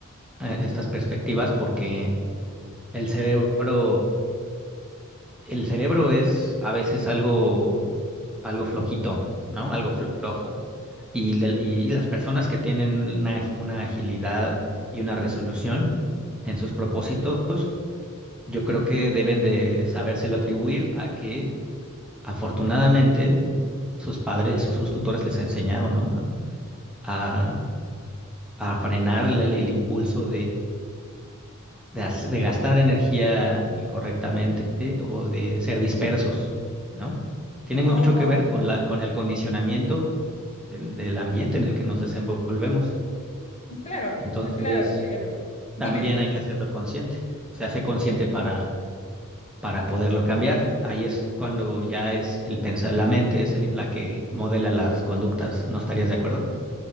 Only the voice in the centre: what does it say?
eh, estas perspectivas porque el cerebro El cerebro es a veces algo, algo flojito, ¿no? Algo flojo. Y, del- y las personas que tienen una, una agilidad y una resolución en sus propósitos, yo creo que deben de sabérselo atribuir a que afortunadamente sus padres o sus tutores les enseñaron, ¿no? A, a- a frenar el, el impulso de, hace- de gastar energía incorrectamente eh, o de ser dispersos, ¿no? Tiene
mucho
que ver con la, con el condicionamiento de- del ambiente en el que nos desenvolvemos.
Entonces,
también
hay que hacerlo consciente. Se hace consciente para, para poderlo cambiar. Ahí es cuando ya es el pensar, la mente es el- la que modela las conductas. ¿No estarías de acuerdo?